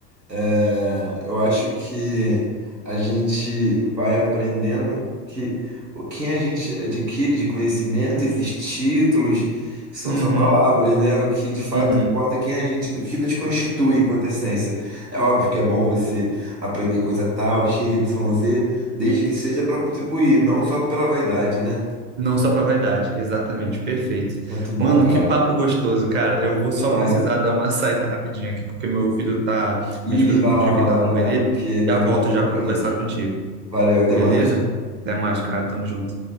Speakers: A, on the right; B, on the right.
A: É, eu acho que a gente vai aprendendo que o que a gente adquire de conhecimento, esses títulos, são
B: Uhum,
A: só palavras, né? O que de fato
B: uhum.
A: importa é quem a gente, o que nos constitui enquanto essência. É óbvio que é bom você aprender coisa tal, X, Y, Z, desde que seja para contribuir, não só pela vaidade, né?
B: Não só para vaidade, exatamente, perfeito.
A: Muito bom,
B: Mano,
A: cara.
B: que papo gostoso, cara. Eu vou
A: Bom
B: só
A: demais.
B: precisar dar uma <laughs> saída rapidinha aqui, porque meu filho tá, minha
A: Ih,
B: esposa
A: vai
B: pediu
A: lá, vai
B: que ele
A: lá,
B: tá dando
A: vai
B: banho
A: lá,
B: nele,
A: que tem
B: já
A: que
B: volto
A: dar tempo
B: já
A: pra
B: para
A: criança.
B: conversar contigo.
A: Valeu, até
B: Beleza?
A: mais.
B: Até mais, cara. Tamo junto.